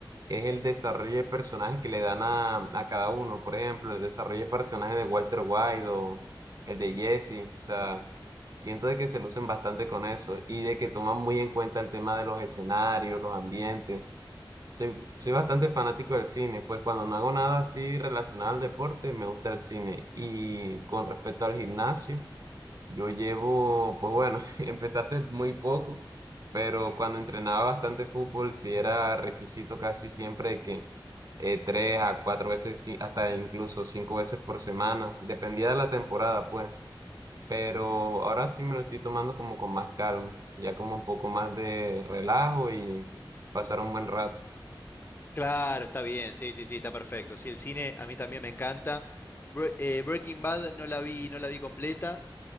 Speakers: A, on the right; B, on the left.
A: es el desarrollo de personajes que le dan a, a cada uno, por ejemplo, el desarrollo de personajes de Walter White o el de Jesse, o sea... Siento de que se lucen bastante con eso y de que toman muy en cuenta el tema de los escenarios, los ambientes. Soy, soy bastante fanático del cine, pues cuando no hago nada así relacionado al deporte, me gusta el cine. Y con respecto al gimnasio, yo llevo, pues bueno, <laughs> empecé hace muy poco, pero cuando entrenaba bastante fútbol, sí era requisito casi siempre que eh, tres a cuatro veces, sí, hasta incluso cinco veces por semana, dependía de la temporada, pues pero ahora sí me lo estoy tomando como con más calma, ya como un poco más de relajo y pasar un buen rato.
B: Claro, está bien, sí, sí, sí, está perfecto. Sí, el cine a mí también me encanta. Bre- eh, Breaking Bad no la vi, no la vi completa.